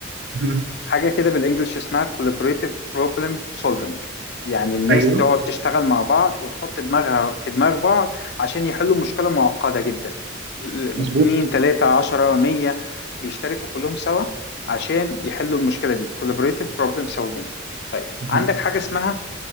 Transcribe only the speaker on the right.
مهم.
أيوه
مظبوط
مهم.